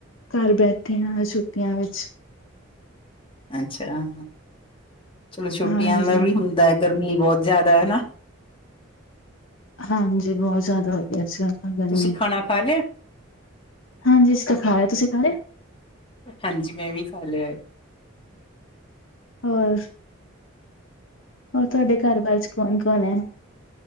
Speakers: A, on the left (about 75°); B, on the left (about 25°).
A: ਘਰ ਬੈਠੇ ਆਂ ਛੁੱਟੀਆਂ ਵਿੱਚ।
B: ਅੱਛਾ, ਚਲੋ ਛੁੱਟੀਆਂ
A: ਹਾਂਜੀ
B: ਦਾ ਵੀ ਹੁੰਦਾ ਗਰਮੀ ਬੋਤ ਜਾਦਾ ਨਾ।
A: ਹਾਂਜੀ ਬਹੁ ਜਾਦਾ ਹੋ ਰੀਆ ਅੱਜ ਤਾਂ। ਗਰਮੀ
B: ਤੁਸੀਂ ਖਾਨਾ ਖਾ ਲੇਆ।
A: ਹਾਂਜੀ ਅਸੀਂ ਤਾਂ ਖਾ ਆਏ ਤੁਸੀਂ ਖਾ ਲੇਆ।
B: ਹਾਂਜੀ ਮੈਂ ਵੀ ਖਾ ਲੇਆ ਏ।
A: ਹੋਰ ਹੋਰ ਤੁਆਡੇ ਘਰ ਬਾਰ ਚ ਕੌਨ-ਕੌਨ ਐ।